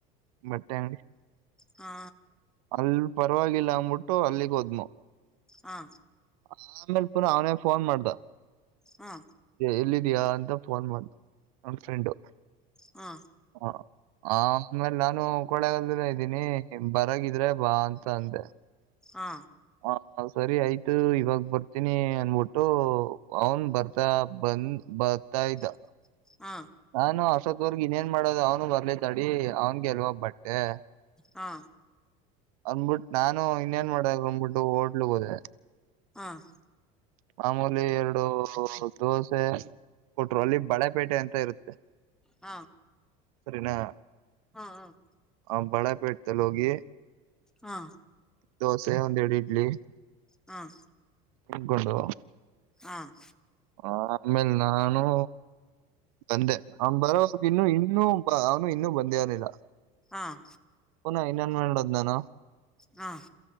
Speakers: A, on the right (about 85°); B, in the centre.
A: ಬಟ್ಟೆ ಅಂಗಡಿ
B: ಹಾ
A: ಅಲ್ ಪರವಾಗಿಲ್ಲ ಅಂದ್ಬಿಟ್ಟು ಅಲ್ಲಿಗೆ ಹೋದ್್ಮ
B: ಹಾ
A: ಆಮೇಲೆ ಪುನ ಅವನೇ ಫೋನ್ ಮಾಡ್ದ
B: ಹಾ
A: ಎಲ್ಲಿದಯಾ ಅಂತ ಫೋನ್ ಮಾಡು ನನ್ ಫ್ರೆಂಡು
B: ಹಾ
A: ಹ ಆಮೇಲೆ ನಾನು ಕಳೆಗಾಲದ ್ದೀನಿ ಬರಗಿದ್ರೆ ಬಾ ಅಂತ ಅಂದೆ
B: ಹಾ
A: ಹ ಸರಿ ಆಯ್ತು ಇವಾಗ ಬರ್ತೀನಿ ಅನ್ಬಿಟ್ಟು ಅವನ್ ಬರ್ತ ಬಂದ ಬರ್ತಾಾಯ್ತಾ
B: <inaudible> ಹಾ
A: ನಾನು ಅಶೋತ್ವರ್ಗ್ ಇನ್ನೇನ್ ಮಾಡೋದು ಅವ್ನು ಬರ್ಲೇತಡಿ ಅವ್ನ್ಗೆಲ್ವ ಬಟ್ಟೆ
B: ಹಾ
A: ಅಂದ್ಬಿಟ್ಟ್ ನಾನು ಇನ್ನೇನ್ ಮಾಡದ್ ಅಂದ್ಬಿಟ್ಟು ಹೋಟ್ಲಗ್ ಹೋದೆ
B: ಹ್ಮ್
A: ಮಾಮೂಲಿ ಎರಡು ದೋಸೆ ಕೊಟ್ರು ಅಲ್ಲಿ ಬಳೆಪೇಟೆ ಅಂತ ಇರುತ್ತೆ
B: ಹಾ ಹಾ
A: ಸರಿನಾ
B: ಹ್ಮ್ ಹ್ಮ್
A: ಹ್ ಬಳೆಪೇಟದಲ್ಲ ಹೋಗಿ
B: ಹಾ
A: ದೋಸೆ ಒಂದ್ ಎರಡ್ ಇಡ್ಲಿ
B: ಹ್ಮ್
A: ತಕೊಂಡು
B: ಹ್ಮ್
A: ಆಮೇಲ್ ನಾನು ಬಂದೆ ಅವನ್ ಬರೋವರ್ಗ್ ಇನ್ನೂ ಇನ್ನೂ ಅವನು ಇನ್ನೂ ಬಂದೇರ್ಲಿಲ್ಲ
B: ಹ್ಮ್
A: ಪುನಃ ಇನ್ನೇನ್ ಮಾಡೋದ್ ನಾನು
B: ಹ್ಮ್